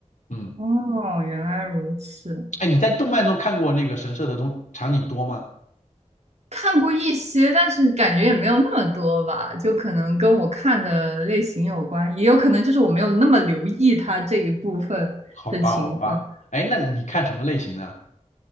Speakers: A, on the left; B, on the right.
A: 嗯，
B: 哦，原来如此。
A: 哎，你在动漫中看过那个神社的东场景多吗？
B: 看过一些，但是感觉也没有那么多吧，就可能跟我看的类型有关，也有可能就是我没有那么留意它这一部分的情况。
A: 好吧，好吧，哎，那你看什么类型呢？